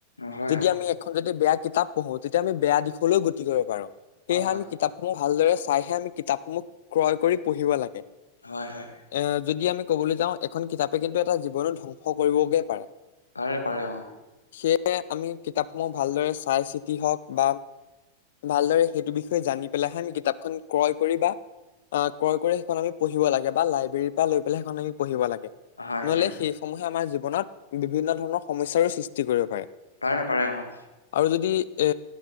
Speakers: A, on the left; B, on the left.
A: হয় অ হয়
B: যদি আমি এখন যদি বেয়া কিতাপ পঢ়ো তেতিয়া আমি বেয়া দিশলৈ গতি কৰিব পাৰো সেয়ে
A: হয়
B: আমি কিতাপ সমূহ ভালদৰে চাইহে আমি কিতাপসমূহ ক্ৰয় কৰি পঢ়িব লাগে
A: হয় হয়
B: এ যদি আমি কবলৈ যাওঁ এখন কিতাপে কিন্তু এটা জীৱনো ধ্বংস কৰিবগৈ পাৰে
A: পাৰে পাৰে অঁ
B: সেয়ে আমি কিতাপসমূহ ভালদৰে চাই চিতি হওক বা ভালদৰে সেইটো বিষয়ে জানি পেলাইহে আমি কিতাপখন ক্ৰয় কৰি বা অ ক্ৰয় কৰি সেইখন আমি পঢ়িব লাগে বা লাইব্ৰেৰীৰ পৰা লৈ পেলাই সেইখন আমি পঢ়িব লাগে
A: হয়
B: নহ'লে
A: হয় অ
B: সেইসমূহে আমাৰ জীৱনত বিভিন্ন ধৰণৰ সমস্যাৰো সৃষ্টি কৰিব পাৰে
A: পাৰে পাৰে অঁ
B: আৰু যদি এ